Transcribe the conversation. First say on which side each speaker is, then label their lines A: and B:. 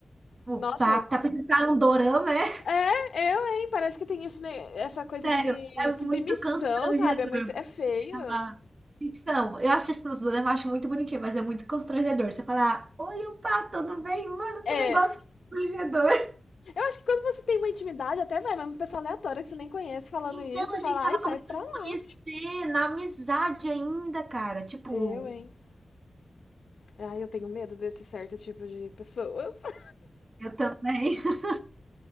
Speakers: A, on the right; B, on the left.
A: Opa,
B: Nossa,
A: tá tá pensando que é um dorama, é?
B: é, eu, hein? Parece que tem esse, ne- essa coisa
A: Sério,
B: de
A: é
B: submissão,
A: muito constrangedor.
B: sabe? É muito, é
A: vou
B: feio.
A: chamar. Então, eu assisto os nos dorama, acho muito bonitinho, mas é muito constrangedor. Você falar, oi, opa, tudo bem? Mano,
B: É,
A: que negócio constrangedor.
B: Eu acho que quando você tem uma intimidade, até vai, mas uma pessoa aleatória que você nem conhece falando
A: Então,
B: isso,
A: a
B: fala,
A: gente tava
B: ai, sai
A: começando
B: pra
A: a se
B: lá.
A: conhecer, na amizade ainda, cara. Tipo,
B: Eu, hein? Ai, eu tenho medo desse certo tipo de pessoas. <laughs>
A: eu também. <laughs>